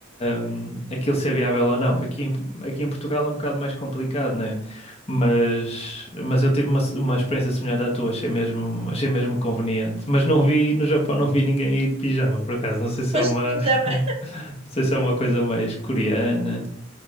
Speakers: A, on the left (about 30°); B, on the right (about 30°).
A: hum, aquilo ser viável ou não. Aqui em, aqui em Portugal é um bocado mais complicado, né? Mas, mas eu tive uma, uma experiência semelhante à tua, achei mesmo, achei mesmo conveniente. Mas não vi, no Japão não vi ninguém aí de pijama, por acaso. Não sei se
B: Pois
A: é uma,
B: de pijama.
A: não sei se é uma coisa mais coreana.